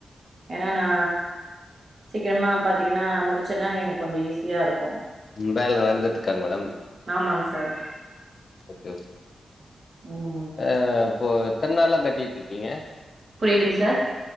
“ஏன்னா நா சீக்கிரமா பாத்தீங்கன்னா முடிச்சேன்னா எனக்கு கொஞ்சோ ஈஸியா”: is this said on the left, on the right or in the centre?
Right